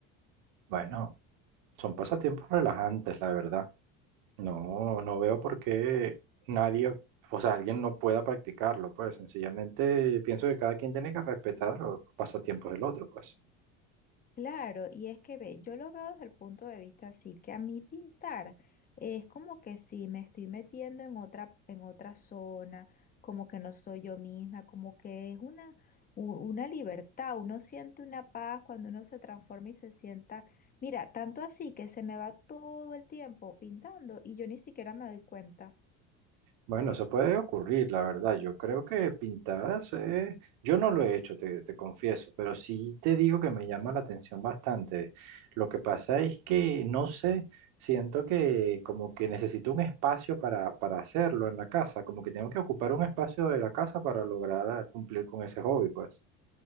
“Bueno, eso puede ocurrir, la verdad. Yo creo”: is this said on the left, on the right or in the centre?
Right